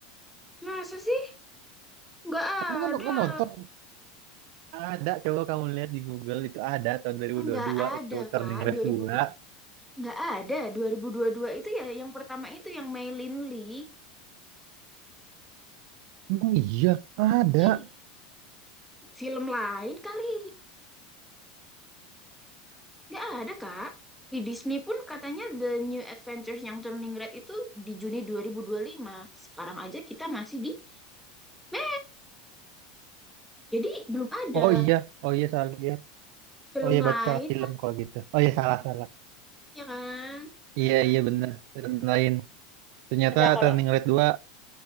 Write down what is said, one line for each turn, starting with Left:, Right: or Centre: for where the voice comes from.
Centre: Masa sih? Nggak ada.
Right: kamu kan, kan nonton ada coba kamu lihat di Google itu ada tahun 2022
Centre: Nggak ada,
Right: itu Turning
Centre: Kak.
Right: Red
Centre: 2000
Right: dua
Centre: nggak ada. dua dua ribu dua puluh dua itu ya yang pertama itu yang Mei Lin Lee.
Right: oh iya ada
Centre: Iya. Film lain kali. Nggak ada, Kak. Di Disney pun katanya The New Adventures yang Turning Red itu di Juni dua dua ribu dua puluh lima Sekarang aja kita masih di Eh, jadi belum ada
Right: oh iya oh iya salah lihat
Centre: film
Right: oh iya
Centre: lain
Right: berarti salah film
Centre: kan,
Right: kalau gitu oh iya salah salah
Centre: ya kan? Hmm.
Right: iya iya benar film lain ternyata
Centre: Ada kalau
Right: Turning Red dua